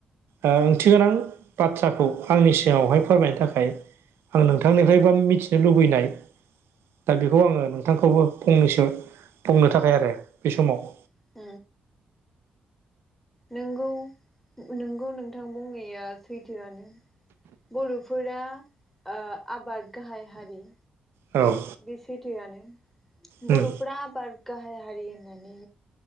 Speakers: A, on the right (about 75°); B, in the centre.
A: ओ ओंथि गोनां बाथ्राखौ आंनि सिगाङावहाय फोरमायनो थाखाय आं नोंथांनिफ्रायबा मिथिनो लुबैनाय दा बेखौ आङो नोंथांखौबो फंनैसो बुंनो थाखाय आरो बे समाव।
B: औ नंगौ नोंगौ नोंगौ नोंथां बुंनाया सैथोआनो। बर'फोरा ओ आबाद गाहाय हारि।
A: औ।
B: बे सैथोआनो
A: उम
B: बर'फोरा आबाद गाहाय हारि होननानै